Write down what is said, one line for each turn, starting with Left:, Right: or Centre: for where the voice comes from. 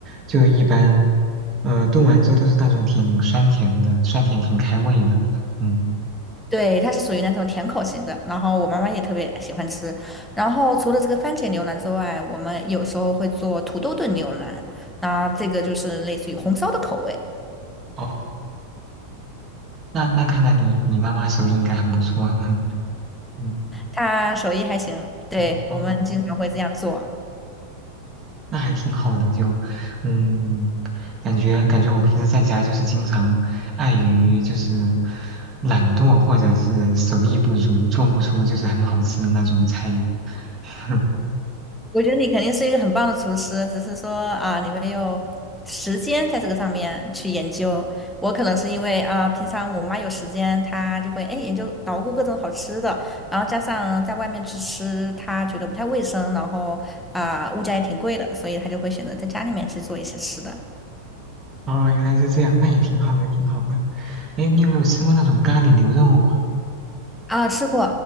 Right: 就一般，呃，炖完之后都是那种挺酸甜的，酸甜挺开胃的。嗯。
Centre: 对，它是属于那种甜口型的，然后我妈妈也特别喜欢吃。然后除了这个番茄牛腩之外，我们有时候会做土豆炖牛腩，那这个就是类似于红烧的口味，
Right: 哦，那那看来你你妈妈手艺应该很不错啊，<laughs> 嗯
Centre: 它手艺还行。对，
Right: 嗯哦，
Centre: 我们经常会这样做。
Right: 那还挺好的，就嗯，感觉感觉我平时在家就是经常碍于就是懒惰或者是手艺不足，做不出就是很好吃的那种菜肴。<laughs>
Centre: 我觉得你肯定是一个很棒的厨师，只是说啊，你没有时间在这个上面去研究。我可能是因为啊，平常我妈有时间，她就会哎研究捣鼓各种好吃的，然后加上在外面去吃，她觉得不太卫生，然后啊物价也挺贵的，所以她就会选择在家里面去做一些吃的。
Right: 哦，原来是这样，那也挺好的，挺好的。哎，你有没有吃过那种咖喱牛肉啊？
Centre: 啊，吃过